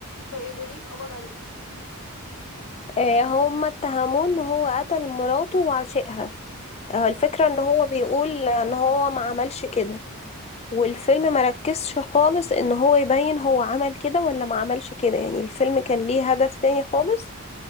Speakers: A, on the left; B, on the left.
A: طيب وليه اتقبض عليه
B: آه، هما اتهموه إن هو قتل مراته وعشقها
A: تمام.
B: آه، الفكرة إن هو بيقول إن هو ما عملش كده والفيلم مركزش خالص ان هو يبين هو عمل كده ولا ما عملش كده يعني الفيلم كان ليه هدف تاني خالص